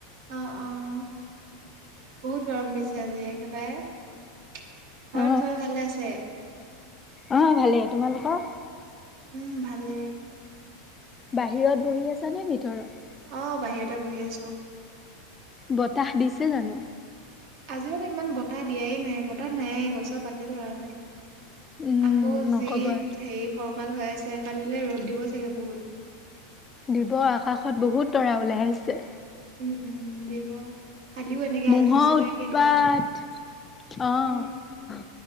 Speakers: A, on the right; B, on the left.
A: অহ অহ। বহুত গৰম দিছে আজি একেবাৰে। ঘৰত
B: অ
A: চবে ভালে আছে?
B: অ ভালে তোমালোকৰ?
A: উম ভালে।
B: বাহিৰত বহি আছা নে ভিতৰত?
A: অ বাহিৰতে বহি আছো।
B: বতাহ দিছে জানো?
A: আজি মানে ইমান বতাহ দিয়াই নাই বতাহ নাই গছৰ পাতেই লৰা নাই।
B: উম
A: আকৌ
B: নকবা
A: যি হেৰি ফৰকাল হৈ আছে কালিলে ৰ'দ দিব দিব বহুত।
B: দিব আকাশত বহুত তৰা ওলাই আহিছে।
A: উম উম দিব। কালিও এনেকে
B: ম'হৰ
A: আজি নিচিনাকে
B: উৎপাত,
A: দিব
B: অহ।
A: উম।